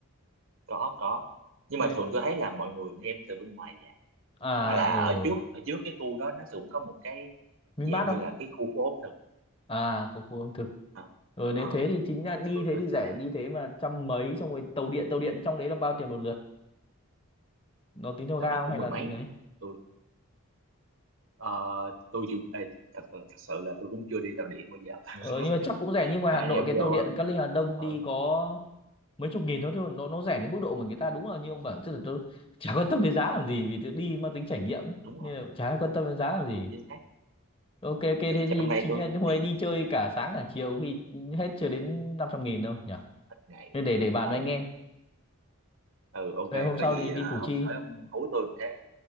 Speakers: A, on the right; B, on the left.
A: có có nhưng
B: Nếu
A: mà thường tôi thấy là mọi người đem từ bên ngoài về
B: à
A: hoặc là
B: ở ừ.
A: ở trước ở trước cái khu đó nó cũng có một cái
B: Vinmart
A: dạng như
B: không?
A: là cái khu phố ẩm thực
B: À có khu ẩm thực.
A: à,
B: Ừ,
A: ờ
B: nếu thế thì chính là đi
A: thì thường
B: thế
A: tôi
B: thì
A: sẽ
B: rẻ
A: thấy
B: đi thế mà trăm mấy xong rồi tàu điện tàu điện trong đấy là bao tiền một lượt? Nó tính theo
A: dạo
B: ga
A: này
B: không
A: cũng
B: hay
A: mười
B: là
A: mấy
B: tính
A: á.
B: ấy?
A: tôi ờ, tôi chưa ê, thật, thật sự là tôi cũng chưa đi tàu điện bao giờ <laughs>
B: Ờ nhưng mà chắc cũng rẻ nhưng ngoài
A: Hai
B: Hà
A: anh
B: Nội
A: em
B: cái
A: vô
B: tàu điện Cát Linh Hà Đông
A: ở
B: đi có mấy chục nghìn thôi chứ nó nó rẻ đến mức độ mà người ta đúng là như ông bảo chứ tôi chả quan tâm đến giá làm gì vì tôi đi mang tính trải nghiệm ấy.
A: đúng rồi
B: nên là chả ai quan tâm đến giá làm
A: đúng
B: gì
A: rồi chính xác
B: Ok
A: đúng rồi.
B: ok thế
A: thì trong
B: thì
A: đây
B: chính
A: tôi
B: là
A: cũng
B: hôm
A: đi
B: ấy đi chơi cả sáng cả chiều khi hết chưa đến 500 nghìn đâu nhỉ
A: ít ngày
B: Thế để để bàn
A: ừ
B: với anh em
A: ừ ok
B: Rồi hôm
A: có
B: sau
A: gì
B: thì
A: à,
B: đi Củ
A: ông
B: Chi
A: tới ông hú tôi một cái